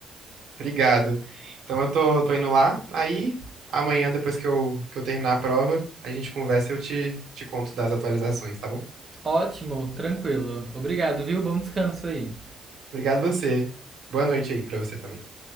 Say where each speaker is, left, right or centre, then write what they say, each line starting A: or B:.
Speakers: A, on the right (about 70°); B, on the right (about 25°).
A: Obrigado. Então eu tô, tô indo lá. Aí amanhã, depois que eu, que eu terminar a prova, a gente conversa e eu te, te conto das atualizações, tá bom?
B: Ótimo, tranquilo. Obrigado, viu? Bom descanso aí.
A: Obrigado você. Boa noite aí pra você também.